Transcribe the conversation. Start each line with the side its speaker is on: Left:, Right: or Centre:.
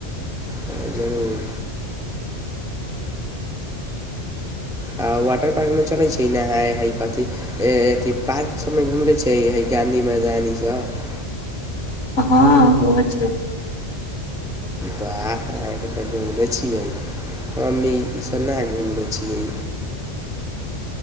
Centre: हँ जरूर। आ वाटर पार्क मे चलैय छी नहाय हई कथी। ए अथी पार्क सभमे घुमले छै हय गाँधी मैदानी इ सब।
Left: हँ घुमले छिये।
Centre: बाह अहाँके तऽ घुमले छियै हम ई ईस ना घुमले छियै।